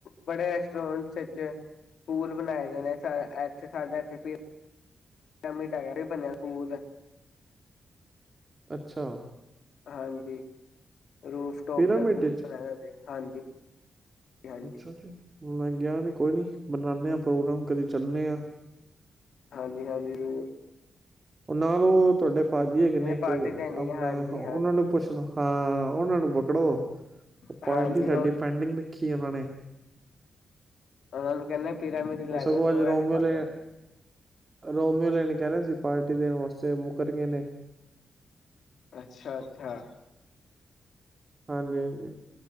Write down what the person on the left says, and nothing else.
ਬੜੇ ਵਿੱਚ ਪੂਲ ਬਣਾਏ ਗਏ ਨੇ ਇੱਥੇ ਸਾਡਾ ਇਥੇ ਲਾਮਮੀ ਟਾਇ ਵੀ ਬਣਿਆ ਸਕੂਲ
ਹਾਂਜੀ ਰੋਫ ਟੋਪ
ਦਾ ਪ
ਰਹਿ ਦੇ ਹਾਂਜੀ ਹਾਂਜੀ
ਹਾਂਜੀ ਹਾਂਜੀ ਜ਼ੂਰਰ
ਪਾਰਟੀ ਦੇਣੀ
ਹਾਂਜੀ
ਹਾਂਜੀ
ਹਾਂਜੀ
ਉਹ
ਉਹਨਾਂ ਨੂੰ ਕਹਿੰਦੇ ਪਿਰਾਮਿਡ ਲੈ
ਜਾਓ ਸੋਇਆ
ਹੈ ਪਾਣੇ
ਅੱਛਾ ਅੱਛਾ